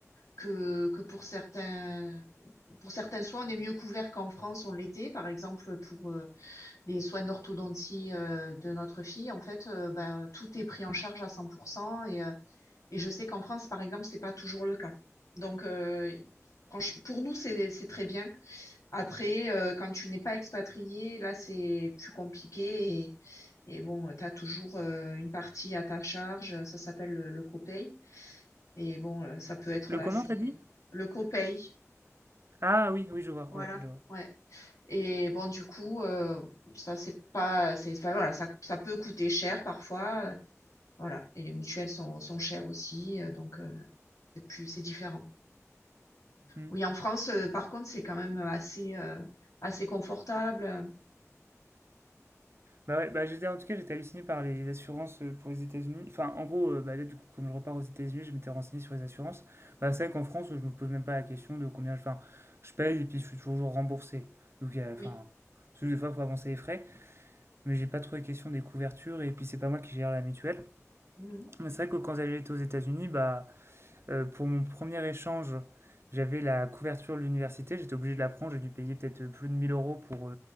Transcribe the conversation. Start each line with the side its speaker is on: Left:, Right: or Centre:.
Left: que, que pour certains, pour certains soins, on est mieux couvert qu'en France, on l'était. Par exemple, pour euh, les soins d'orthodontie euh, de notre fille, en fait, euh, ben, tout est pris en charge à 100%. Et, euh, et je sais qu'en France, par exemple, c'est pas toujours le cas. Donc, euh, franch- pour nous, c'est, c'est très bien. Après, euh, quand tu n'es pas expatrié, là, c'est plus compliqué. Et, et bon, tu as toujours euh, une partie à ta charge. Ça s'appelle le, le copay. Et bon, heu, ça peut être
Right: Le
Left: assez
Right: comment t'as dit?
Left: le copaye,
Right: Ah oui, oui, je vois,
Left: voilà,
Right: ouais, je vois.
Left: ouais et bon, du coup, heu, ça c'est pas c'est enfin, voilà, ça ça peut coûter cher parfois, heu, voilà et les mutuelles sont sont chères aussi, heu, donc heu, c'est plus c'est différent.
Right: Hmm.
Left: Oui, en France, heu, par contre, c'est quand même, assez, heu, assez confortable, heu,
Right: Bah ouais, bah j'étais en tout cas j'étais halluciné par les assurances euh, pour les États-Unis. Enfin, en gros, euh, bah là du coup, comme je repars aux États-Unis, je m'étais renseigné sur les assurances. Bah c'est vrai qu'en France, je me pose même pas la question de combien je, enfin, je paye et puis je suis toujours remboursé. Donc euh,
Left: oui.
Right: enfin, c'est juste des fois pour avancer les frais, mais j'ai pas trop les questions des couvertures et puis c'est pas moi qui gère la mutuelle.
Left: Mmh
Right: Mais c'est vrai que quand j'allais aux États-Unis, bah Euh, pour mon premier échange, j'avais la couverture de l'université, j'étais obligé de la prendre, j'ai dû payer peut-être euh, plus de 1000 euros pour